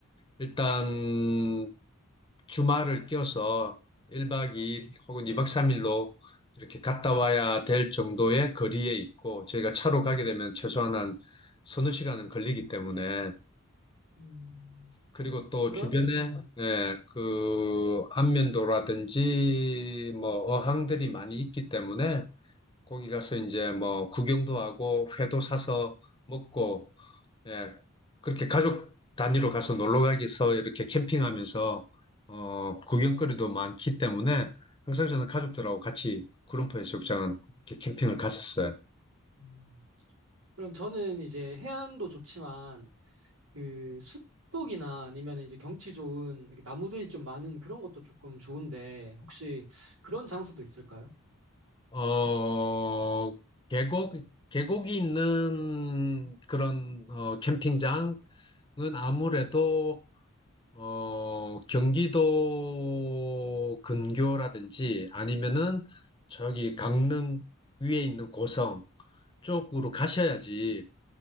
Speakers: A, on the left; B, on the right.
A: 일단 주말을 껴서 1박 2일 혹은 2박 3일로 이렇게 갔다 와야 될 정도의 거리에 있고, 저희가 차로 가게 되면 최소한 한 서너 시간은 걸리기 때문에
B: 음,
A: 그리고 또
B: 그러,
A: 주변에
B: 네.
A: 예, 그 안면도라든지 뭐 어항들이 많이 있기 때문에 거기 가서 이제 뭐 구경도 하고 회도 사서 먹고 예, 그렇게 가족 단위로 가서 놀러 가기서 이렇게 캠핑하면서 어, 구경거리도 많기 때문에 항상 저는 가족들하고 같이 구름포 해수욕장 이렇게 캠핑을 갔었어요.
B: 음. 그럼 저는 이제 해안도 좋지만 그 숲속이나 아니면 이제 경치 좋은 이렇게 나무들이 좀 많은 그런 것도 조금 좋은데 혹시 그런 장소도 있을까요?
A: 어, 계곡 계곡이 있는 그런 어, 캠핑장 은 아무래도 어, 경기도 근교라든지 아니면은 저기 강릉 위에 있는 고성 쪽으로 가셔야지